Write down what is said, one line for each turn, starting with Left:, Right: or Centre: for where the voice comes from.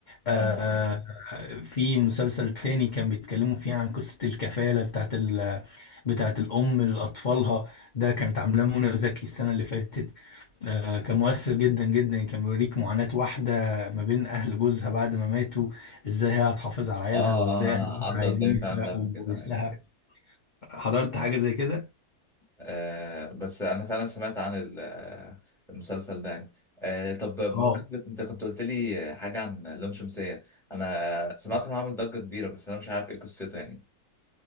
Left: آه
Centre: اه
Left: في مسلسل تاني كان بيتكلموا فيه عن قصة الكفالة بتاعت ال بتاعت الأم لأطفالها ده كانت عاملاه منى زكي السنة اللي فاتت آه كان مؤثر جدا جدا كان بيوريك معاناة واحدة ما بين أهل جوزها بعد ما ماتوا إزاي هي هتحافظ على عيالها
Centre: آه،
Left: وإزاي
Centre: آه، انا
Left: أهل جوزها
Centre: عدى
Left: عايزين
Centre: قدامي
Left: يسرقوا
Centre: فعلا ده قبل كده
Left: جوزها
Centre: يعني.
Left: حضرت حاجة زي كده؟
Centre: آه بس انا فعلا سمعت عن ال- آه، المسلسل ده يعني آه طب بمناسبة
Left: اه
Centre: انت كنت قلت لي حاجة عن لام شمسية انا سمعت انه عامل ضجة كبيرة بس انا مش عارف ايه قصته يعني